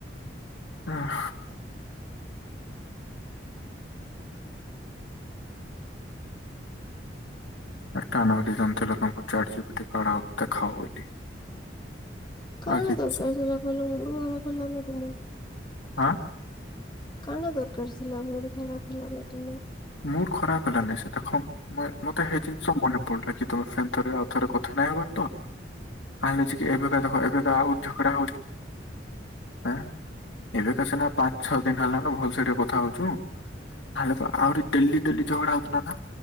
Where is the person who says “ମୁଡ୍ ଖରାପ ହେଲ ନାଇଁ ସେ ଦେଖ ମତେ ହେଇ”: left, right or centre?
Left